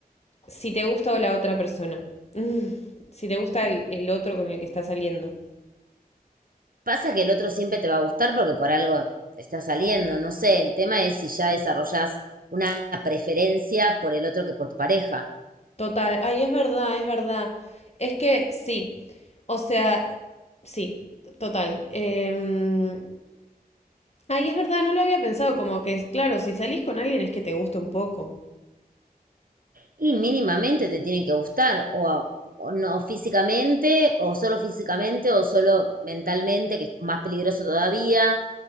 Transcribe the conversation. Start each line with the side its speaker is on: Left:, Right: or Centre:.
Left: Si te gusta o la otra persona. Mm, si te gusta el, el otro con el que estás saliendo.
Right: Pasa que el otro siempre te va a gustar porque por algo está saliendo, no sé, el tema es si ya desarrollás una preferencia por el otro que por tu pareja.
Left: Total, ay, es verdad, es verdad. Es que sí, o sea, sí, total. Em, ay, es verdad, no lo había pensado, como que es claro, si salís con alguien es que te gusta un poco.
Right: Y mínimamente te tienen que gustar, o, a- o no físicamente, o solo físicamente, o solo mentalmente, que es más peligroso todavía,